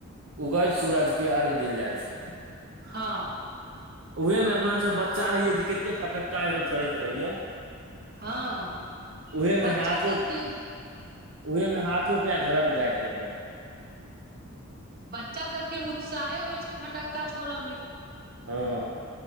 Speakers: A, on the right; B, on the right.
A: उगज सूरज के अर्घ देल जाइ छै।
B: हँ।
A: ऊहे में अपना सब बच्चा रहिये तऽ कते फटक्का सब छोड़ैत रहिये।
B: हँ
A: उहेमे
B: बच्चा
A: हाथो
B: सबके
A: उहे मे हाथो पैर झरक जाइत रहै।
B: बच्चा सबके उत्साहे होइ छै, फटक्का छोड़ऽ में।
A: हँ